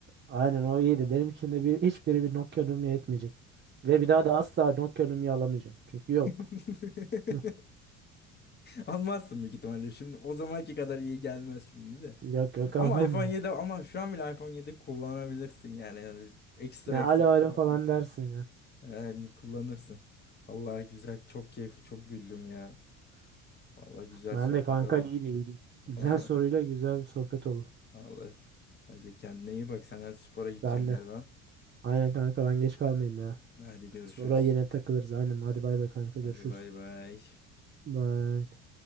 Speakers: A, on the right; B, on the left.
A: aynen o iyiydi. Benim için de bir, hiçbiri bir Nokia Lumia etmeyecek. Ve
B: Ulan.
A: bir daha da asla Nokia Lumia alamayacağım. Çünkü yok.
B: <laughs>
A: Hı.
B: Almazsın büyük ihtimalle. Şimdi o zamanki kadar iyi gelmez şimdi de.
A: Yok yok almam
B: Ama iPhone
A: ben.
B: 7 ama şu an bile iPhone 7 kullanabilirsin yani. Yani ekstra
A: Ne alo
B: ekstra bir
A: alo
B: şey yapmasın.
A: falan dersin ya.
B: Yani kullanırsın. Vallahi güzel, çok keyifli, çok güldüm ya. Vallahi güzel
A: Ben
B: sohbet
A: de kanka
B: oldu.
A: iyiydi iyiydi. Güzel
B: Vallahi.
A: soruyla güzel bir sohbet oldu.
B: Vallahi. Hadi kendine iyi bak. Sen hadi spora gideceksin
A: Ben de.
B: galiba.
A: Aynen kanka ben geç kalmayayım ya.
B: Hadi görüşürüz.
A: Sonra yine takılırız. Aynen. Hadi bay bay kanka.
B: Hadi
A: Görüşürüz.
B: bay bay.
A: Bye.